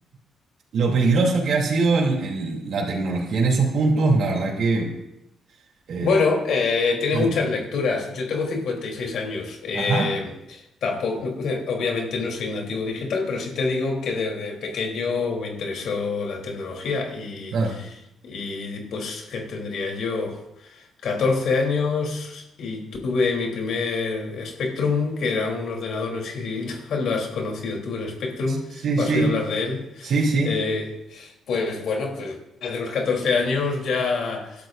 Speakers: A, on the right; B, on the left.
A: <clears throat> lo peligroso que ha sido el- el- la tecnología en esos puntos, la verdad que... eh,
B: Bueno, eh, tiene
A: no.
B: muchas lecturas. Yo tengo 56 años. Eh,
A: Ajá,
B: tampoco, no, eh, obviamente no soy nativo digital, pero sí te digo que desde pequeño me interesó la tecnología y,
A: claro.
B: y pues que tendría yo 14 años y tuve mi primer Spectrum, que era un ordenador, no sé si <laughs> lo has conocido tú, el Spectrum,
A: Sí,
B: o
A: sí,
B: has oído hablar de él.
A: sí, sí.
B: Eh, pues bueno, pues desde los 14 años ya